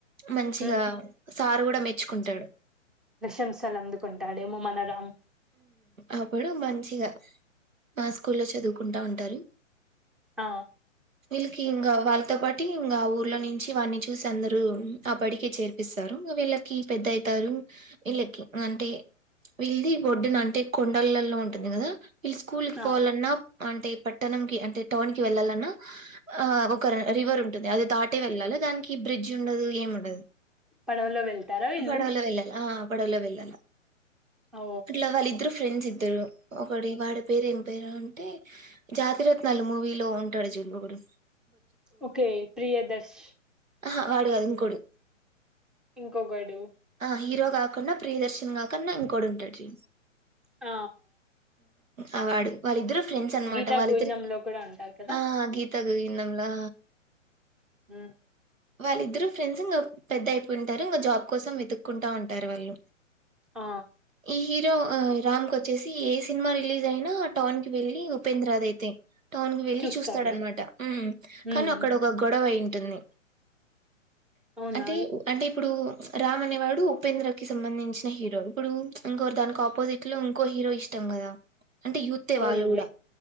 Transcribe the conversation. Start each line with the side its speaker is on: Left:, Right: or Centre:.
Right: మంచిగా
Centre: మ్మ్
Right: సారువు <unintelligible> మెచ్చుకుంటాడు
Centre: ప్రశంసలు అందుకుంటాడేమో మన రా
Right: అప్పుడు మంచిగా మా స్కూ లో చదువుకుంటా ఉంటారు
Centre: ఆ
Right: వీళ్ళకి ఇంకా వాళ్ళతో పాటు ఇంకా ఊర్లో నుంచి వాని చూసి అందరు ఆ బడికి చేర్పిస్తారు ఇ వీళ్ళకి పెద్దయితారు వీళ్ళకి అంటే వీళ్ళది ఓడ్డున అంటే కొండలలో ఉంటుంది కదా ఈళ్లు స్కూలుకి
Centre: ఆ
Right: పోవాలన్న అంటే పట్టణం కి అంటే టౌన్ కి వెళ్లాలన్న ఆ ఒక రివర్ ఉంటుంది అది దాటి వెళ్ళాలి దానికి ఈ బ్రిడ్జ్ ఉండదు ఏం ఉండదు
Centre: పడవలో వెళ్తారా వీళ్ళు
Right: ఈ పడవుల వెళ్ళాలా పడవలో వెళ్ళాలా
Centre: ఓ
Right: అట్లా వాళ్ళిద్దరు ఫ్రెండ్స్ ఇద్దరు ఒకటి వాడి పేరుేం అంటే జాతిరత్నాలు మూవీలో ఉంటాడు జింగకుడు
Centre: ఓకే ప్రియదర్శ
Right: ఆహా వాడు కాదు ఇంకోడు
Centre: ఇంకొకడు
Right: ఆ హీరో కాకుండా ప్రియదర్శన్ కాకుండా ఇంకోడు ఉంటాడు జ
Centre: ఆ
Right: అ వాడు వాళ్ళిద్దరు ఫ్రెండ్స్ అనమాట
Centre: గీతా
Right: వాళ్ళద్దకి
Centre: గోవిందంలో కూడా ఉంటారు కదా
Right: ఆ గీతకు లా
Centre: ఆ
Right: వాళ్ళ ఇద్దరు ఫ్రెండ్స్ ఇంకా పెద్ద అయిపోయింటారు ఇంకా జాబ్ కోసం వెతుక్కుంటా ఉంటారు వాళ్ళు
Centre: ఆ
Right: ఈ హీరో రామ్ క వచ్చేసి ఏ సినిమా రిలీజ్ అయినా టౌన్ కి వెళ్ళి ఉపేంద్రనాథ్ అయితే టౌన్ కి వెళ్ళి
Centre: చూస్తాడు
Right: చూస్తాడనమాట
Centre: మ్మ్
Right: కానీ అక్కడ ఒక గొడవ అయింది పుట్ంది
Centre: అవునా
Right: అంటే అంటే ఇప్పుడు రామ్ అనేవాడు ఉపేంద్ర కి సంబంధించిన హీరో ఇప్పుడు ఉచ్ ఇంకోరు దానికి ఆపోజిట్ లో ఇంకో హీరో ఇష్టం కదా అంటే యూత్ ఏ
Centre: అవునులే
Right: వాళ్ళు కూడా